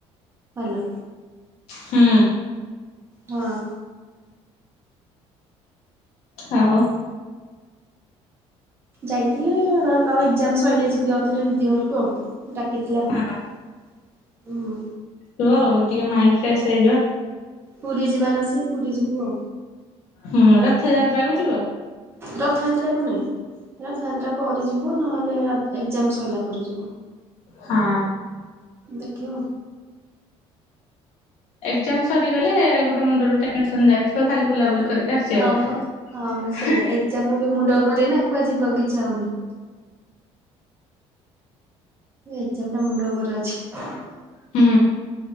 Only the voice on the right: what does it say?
ଭଲ।
ହଁ।
ଯାଇଥିଲି ଅ ଆଉ ଏକ୍ଜାମ ସଇଲେ ଯିବି ଆଉ ଥରେ ଦିଦି ଘରକୁ ଆଉ। ଡାକିଥିଲା ହଁ।
ପୁରୀ ଯିବାର ଅଛି ପୁରୀ ଯିବୁ ଆଉ।
ରଥଯାତ୍ରାକୁ ନାଇଁ। ହେ ରଥଯାତ୍ରା ପରେ ଯିବୁ ନହେଲେ ରା ଏଗ୍ଜାମ ସରିଲା ପରେ ଯିବୁ।
ଦେଖିବ
ହଁ ହଁ ସେଇଆ ଏକ୍ଜାମ ମୁଣ୍ଡ ଉପରେ ନା କୁଆଡେ ଯିବାକୁ ଇଛା ହେଉନି। ଏକ୍ଜାମ ଟା ମୁଣ୍ଡ ଉପରେ ଅଛି।